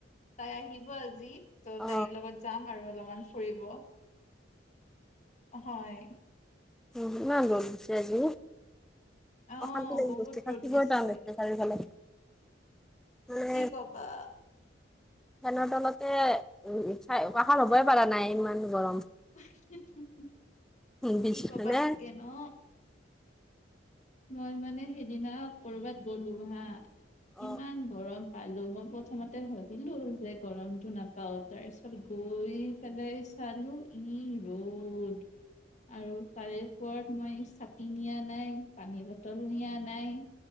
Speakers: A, on the left (about 40°); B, in the centre.
A: তাই আহিব আজি। ত'
B: অ
A: তাইৰ লগত যাম আৰু অলপমান ফুৰিব হয়।
B: উ ইমান গৰম দিছে আজি।
A: অ',
B: অশান্তি লাগি
A: বহুত
B: গৈছে থাকিব
A: ৰ'দ দিছে,
B: টান লাগিছে চাৰিওফালে। মানে
A: কি ক'বা?
B: ফেনৰ তলতে, উম! চাই বাহাৰ হ'বই পাৰা নাই, ইমান গৰম।
A: <unintelligible>
B: উম! <unintelligible>
A: কি <unintelligible> মই মানে, সেইদিনা ক'ৰবাত গ'লো হা,
B: অ
A: ইমান গৰম। পালোঁ। মই প্ৰথমতে ভাবিলোঁ! যে, গৰমটো নাপাওঁ। তাৰপিছত, গৈ পেলাই চালোঁ, কি ৰ'দ। আৰু তাৰে, ওপৰত মই, ছাতি নিয়া নাই, পানীৰ বটল নিয়া নাই।